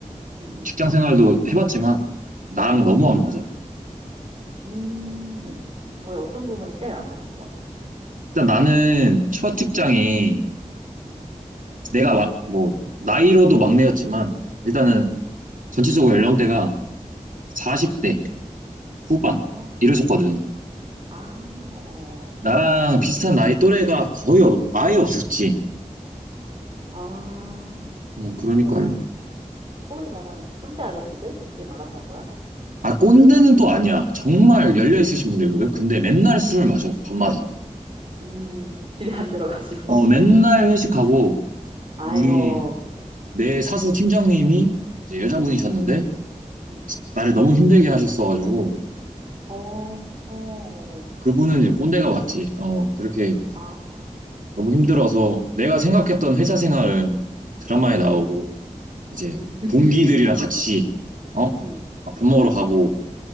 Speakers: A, on the right; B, on the right.
A: 음, 음,
B: 직장 생활도 해봤지만 나랑
A: 음,
B: 너무 안 맞아.
A: 음.
B: 어.
A: 왜 어떤 부분이 제일 안 맞았어?
B: 일단 나는 첫 직장이
A: 음, 음,
B: 내가 막, 뭐 나이로도 막내였지만 일단은
A: 음.
B: 전체적으로 연령대가 40대 후반
A: 아,
B: 이러셨거든.
A: 아, 어.
B: 나랑 비슷한 나이 또래가 거의 없- 아예 없었지.
A: 아,
B: 어, 그러니까
A: 그러면 소위 말하는 꼰대 아저씨들이 많았던 거야?
B: 아 꼰대는 또 아니야. 정말
A: 음.
B: 열려 있으신 분들이거든. 근데 맨날 술을 마셔 밤마다.
A: 음, <laughs> 집에 안 들어가시고.
B: 어
A: <laughs>
B: 맨날 회식하고
A: 아이고,
B: 우리 내 사수 팀장님이 이제 여자분이셨는데
A: 음, 음,
B: 나를 너무 힘들게 하셨어가지고
A: 어, 어,
B: 그분은 이제 꼰대가 맞지. 어, 그렇게
A: 아, 아,
B: 너무 힘들어서 내가 생각했던
A: 음,
B: 회사 생활은 드라마에 나오고
A: 음, 음,
B: 이제
A: <laughs>
B: 동기들이랑 같이 어?
A: 음,
B: 밥 먹으러 가고